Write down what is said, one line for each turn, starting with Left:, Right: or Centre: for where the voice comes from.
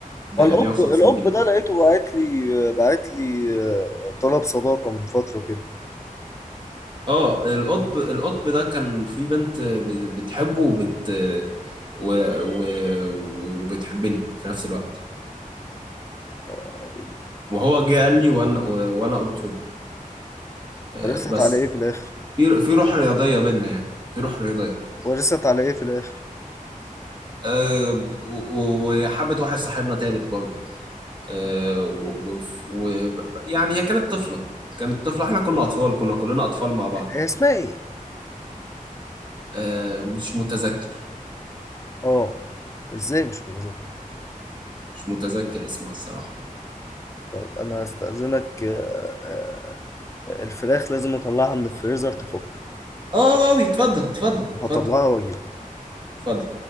Right: ب
Left: الأب
Right: 150
Left: الأب
Right: جنيه
Left: ده لقيته بعت لي بعت لي آه، طلب صداقة من فترة كده
Right: اه القطب القطب ده كان في بنت ب- بتحبه وبت و... و... وبتحبني في نفس الوقت
Left: آه،
Right: وهو جه قال لي وأنا و... وأنا قلت له فبس
Left: ورثت على ايه في الآخر
Right: في في روح رياضية بينا يعني في روح رياضية
Left: ورثت على ايه في الآخر
Right: آه، ب- و- و- وحبت واحد صاحبنا تالت برضه آه، و- وف- و- ب- يعني هي كانت طفلة كانت طفلة احنا كنا أطفال كنا كلنا أطفال مع بعض
Left: هي اسمها ايه
Right: آه، مش متذكر
Left: اه ازاي مش فاكر
Right: مش متذكر اسمها الصراحة
Left: طيب انا هستأذنك آه، آه، الفراخ لازم اطلعها من الفريزر تفك
Right: اه واوي اتفضل اتفضل
Left: وهطلعها
Right: اتفضل
Left: واجيلك
Right: اتفضل